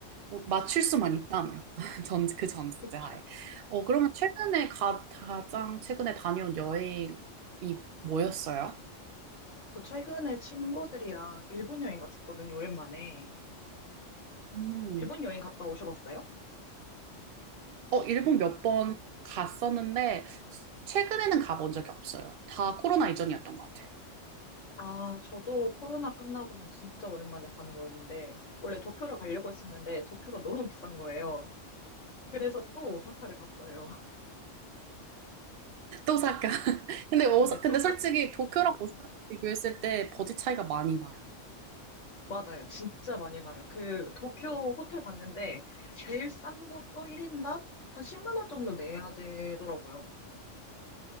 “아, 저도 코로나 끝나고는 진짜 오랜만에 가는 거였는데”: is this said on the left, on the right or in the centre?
Left